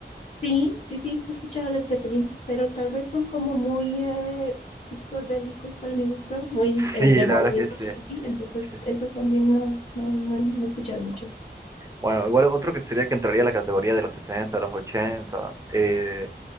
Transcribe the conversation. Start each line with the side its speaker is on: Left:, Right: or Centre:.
Left: Sí, sí, sí, he escuchado Led Zeppelin, pero tal vez son como muy eh, psicodélicos para mi gusto, muy eh,
Right: Sí,
Left: del
Right: la
Left: movimiento
Right: verdad que sí.
Left: hippie, entonces
Right: sí.
Left: eso también no, no, no, he no he escuchado mucho.
Right: Bueno, igual otro que sería que entraría a la categoría de los 70 los ochenta eh,